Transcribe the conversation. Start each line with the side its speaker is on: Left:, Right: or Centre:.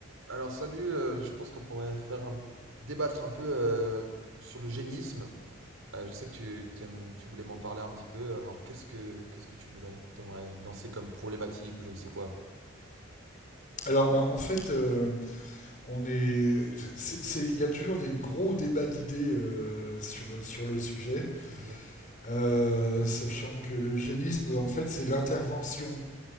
Right: Alors salut, euh, je pense qu'on pourrait faire un, débattre un peu euh, sur le génisme. Euh, je sais que tu, tu aimes- tu voulais m'en parler un petit peu. Alors qu'est-ce que qu'est-ce que tu voulais, t'aimerais lancer comme problématique ou je ne sais quoi?
Left: Alors, bah, en fait, euh, on est, c'est- c'est- il y a toujours des gros débats d'idées euh, sur sur le sujet,
Right: Mhm.
Left: Euh, sachant que le génisme, en fait, c'est l'intervention